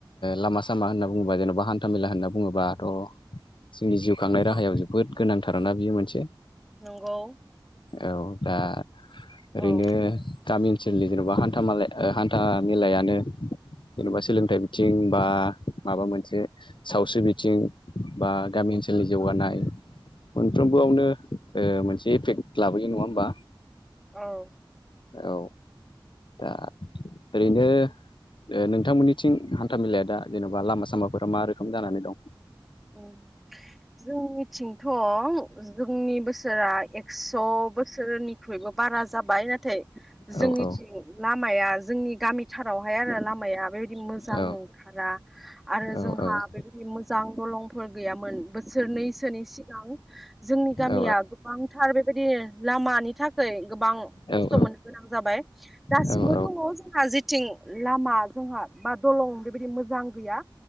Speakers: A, on the left (about 75°); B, in the centre.
A: लामा सामा होनना बुङोबा जेन'बा हान्थामेला होनना बुङोबाथ' जोंनि जिउ खांनाय राहायाव
B: औ
A: जोबोद गोनांथार ना बियो मोनसे
B: नंगौ
A: औ दा ओरैनो
B: औ
A: गामि ओनसोलनि जेन'बा हान्था मेला हान्था मेलायानो जेन'बा सोलोंथाइ बिथिं बा माबा मोनसे सावस्रि बिथिं बा गामि ओनसोलनि जौगानाय साफ्रोमबोआवनो मोनसे इफेक्ट लाबोयो नङा होमबा
B: औ
A: औ दा ओरैनो नोंथांमोननिथिं हान्थाामेलाया दा जेनेबा लामा सामाफोरा मा रोखोम जानानै दं
B: उम जोंनिथिंथ' जोंनि बोसोरा एक्स' बोसोरनिख्रुइबो बारा जाबाय नाथाय
A: औ
B: जोंनिथिं
A: औ
B: लामाया जोंनि गामिथारावहाय आरो लामाया बेबायदि मोजां
A: औ
B: नंथारा आरो
A: औ
B: जोंहा
A: औ औ
B: बेबायदि मोजां दलंफोर गैयामोन बोसोरनैसोनि सिगां जोंनि गामिया
A: औ
B: गोबांथार बे बेबायदि लामानि थाखाय गोबां खस्थ'
A: औ औ
B: मोननो गोनां जाबाय दासिमबो
A: नंगौ
B: दङ जोंहा जेथिं लामा जोंहा बा दलं बेबायदि मोजां गैया